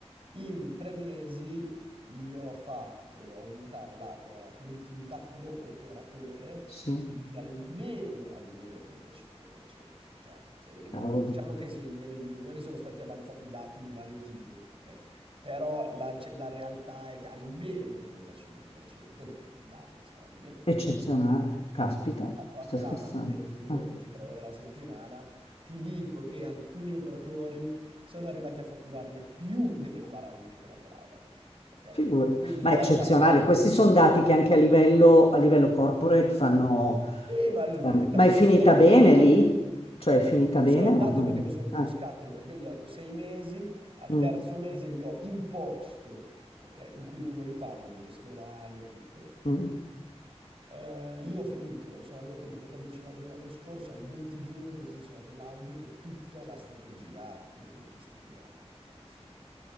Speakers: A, on the right; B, on the left.
A: in tre mesi gli ho fatto aumentare la eh, produttività pro operatore
B: sì,
A: di almeno, almeno il 35%. Cioè, se-
B: cavoli.
A: diciamo che se- nelle riunioni sono stati avanzati dati di vario tipo, ok? Però la, ce- la realtà è che almeno il 35%, che è un dato folle,
B: Eccezionale.
A: ok? Quindi,
B: Caspita,
A: eh, cioè, fatturavano
B: stai scherzando?
A: 22-23
B: Ah,
A: ore alla settimana. Ti dico che alcuni operatori sono arrivati a fatturarne più delle 40 che lavoravano. Ok?
B: figurati.
A: Quindi
B: Ma
A: in realtà
B: è eccezionale.
A: lo...
B: Questi sono dati che anche a livello, a livello corporate fanno,
A: Sì, ma il
B: fanno-
A: proprietario
B: Ma è
A: dell'azienda
B: finita
A: non ha
B: bene
A: ancora capito.
B: lì? Cioè è finita
A: Me ne
B: bene
A: sono andato
B: o no?
A: perché mi sono rotto
B: Ah,
A: le scatole, perché io gli ho dato sei mesi, al
B: mm,
A: terzo mese gli ho imposto, ok, in cui dovevo rifargli gestionale, tutto.
B: mm,
A: ok? Eh, io ho finito, sono arrivato il 14 maggio dell'anno scorso, al 20 giugno gli ho consegnato l'audit e tutta la strategia con le tempistiche già, già messe giù. no?